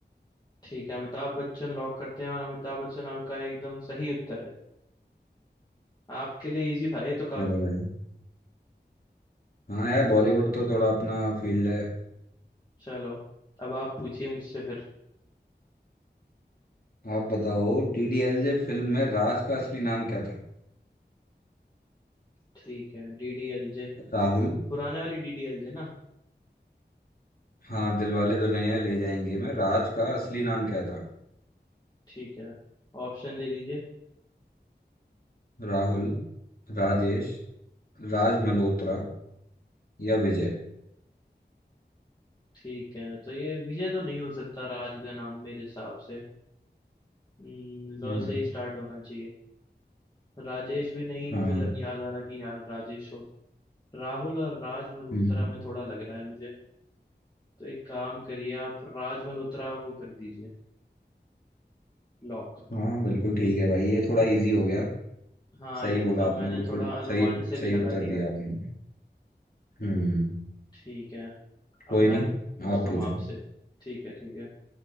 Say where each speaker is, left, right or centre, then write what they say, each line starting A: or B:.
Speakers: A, on the left (about 25°); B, on the left (about 55°).
A: ठीक है अमिताभ बच्चन लॉक करते हैं और अमिताभ बच्चन आपका एकदम सही उत्तर है आपके लिए इजी था ये तो काफी
B: चलो भाई हाँ यार बॉलीवुड तो थोड़ा अपना फील्ड है
A: चलो अब आप पूछिए मुझसे फिर
B: आप बताओ डीडीएलजे फिल्म में राज का असली नाम क्या था
A: ठीक है डीडीएलजे
B: राहुल
A: पुराने वाली डीडीएलजे ना
B: हाँ दिलवाले दुल्हनिया ले जाएंगे में राज का असली नाम क्या था
A: ठीक है ऑप्शन दे दीजिए
B: राहुल राजेश राज मल्होत्रा या विजय
A: ठीक है तो ये विजय तो नहीं हो सकता राज का नाम मेरे हिसाब से हम्म, र
B: हम्म
A: से ही स्टार्ट होना चाहिए राजेश भी नहीं
B: हाँ
A: मुझे ल- याद आ रहा कि यार राजेश हो राहुल और राज मल्होत्रा
B: हम्म
A: में थोड़ा लग रहा है मुझे तो एक काम करिए आप राज मल्होत्रा को कर दीजिए लॉक
B: हाँ बिल्कुल ठीक है भाई ये थोड़ा इजी हो गया
A: हाँ
B: सही
A: ये
B: बोला
A: तो
B: आपने
A: मैंने
B: बिल्कुल
A: थोड़ा अनुमान
B: सही
A: से
B: सही
A: भी लगा
B: उत्तर
A: लिया
B: दिया आपने हम्म
A: ठीक है
B: कोई
A: अब मैं
B: नहीं
A: पूछता
B: आप पूछो
A: हूँ आपसे ठीक है ठीक है